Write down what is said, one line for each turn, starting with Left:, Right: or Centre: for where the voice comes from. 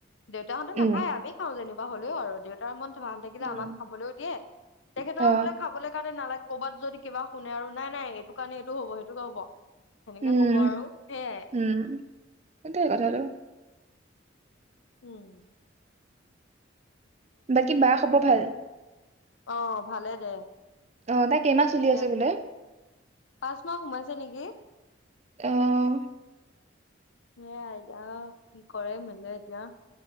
Left: দেউতাহঁতো
Right: উম
Left: নাখায় আমি খাওঁ যেনিবা হ'লেও আৰু দেউতাৰ মন ভাল থাকিলে
Right: উম
Left: আমাক খাবলৈও দিয়ে তেখেতৰ
Right: অ
Left: বোলে খাবলৈ কাৰণে নালাগে। ক'ৰবাত যদি কিবা শুনে আৰু নাই নাই এইটো কাৰণে এইটো হ'ব সেইটো হ'ব সেনেকে
Right: উম
Left: কব আৰু সেয়াই
Right: উম সেইটোৱে কথাটো
Left: উম
Right: বাকী বা খবৰ ভাল?
Left: অ ভালে দে
Right: অ তাই কেইমাহ চলি
Left: ঠিকে আছে
Right: বোলে
Left: পাচ মাহ সোমাইছে নেকি
Right: আহ
Left: সেই আতা কি কৰে মেললে এতিয়া